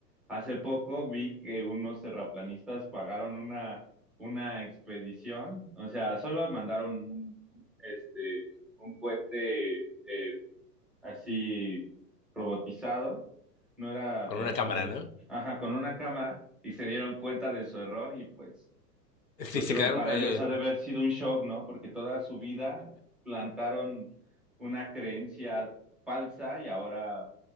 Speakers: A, in the centre; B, on the left.
A: Hace poco vi que unos terraplanistas pagaron una, una expedición, o sea, solo mandaron un, este, un cohete eh, así robotizado, no era,
B: con
A: trans-
B: una cámara,
A: es-
B: ¿no?
A: ajá, con una cámara y se dieron cuenta de su error y pues
B: Sí,
A: yo
B: se
A: creo
B: quedaron,
A: para
B: eh,
A: ellos ha de haber sido un shock, ¿no? Porque toda su vida plantaron una creencia falsa y ahora